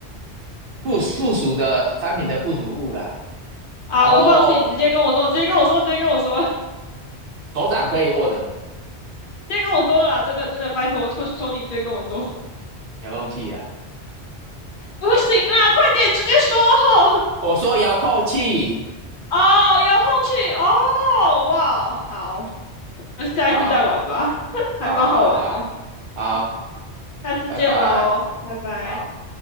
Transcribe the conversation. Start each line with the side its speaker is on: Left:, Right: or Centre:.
Right: 附附属的产品的附属物啦。
Left: 啊！
Right: 然后
Left: 我放弃，直接跟我说，直接跟我说，直接跟我说，直
Right: 手掌可以握的
Left: 接跟我说了啦！真的真的，拜托，求求你直接跟我说，<laughs>
Right: 遥控器啊，
Left: 不行啦，快点直接说吼！
Right: 我说遥控器，
Left: <laughs> 哦，遥控器哦，哇哦，好，那下一次再玩吧，
Right: 好，
Left: <laughs> 还蛮好玩的。
Right: 好，好，好，好，
Left: 好，下次见喽，
Right: 拜拜，
Left: 拜拜。
Right: 好。